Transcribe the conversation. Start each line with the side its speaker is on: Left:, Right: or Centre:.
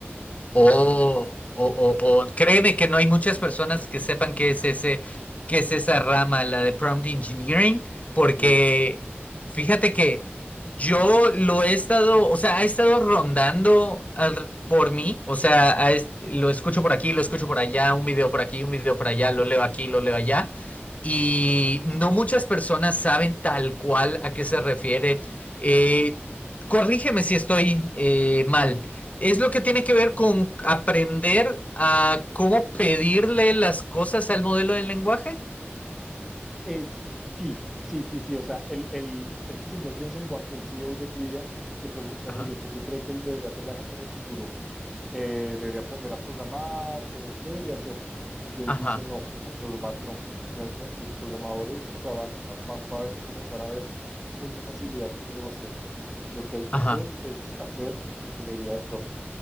Left: O, o, o, o- créeme que no hay muchas personas que sepan qué es ese, qué es esa rama, la de prompt engineering, porque
Centre: Sí.
Left: fíjate que yo lo he estado, o sea, ha estado rondando al- por mí, o sea, ha es- lo escucho por aquí, lo escucho por allá, un video por aquí, un video por allá, lo leo aquí, lo leo allá y no muchas personas saben tal cual a qué se refiere. Eh, corrígeme si estoy eh, mal. Es lo que tiene que ver con aprender a cómo pedirle las cosas al modelo del lenguaje.
Centre: Eh, sí, sí, sí, sí. O sea, el, el, este señor Jensen Huang, el CEO de Nvidia, le pregunta,
Left: Ajá,
Centre: ¿no? ¿Y usted qué cree que debería hacer la gente en el futuro? Eh, ¿debería aprender a programar o qué debería hacer? Y él
Left: ajá,
Centre: dice, no, a programar no. La- la- los programadores, o sea, van, a- van- va a haber, comenzar a haber mucha facilidad de programación. Lo que hay que
Left: ajá,
Centre: hacer es hacer ingeniería de prompt.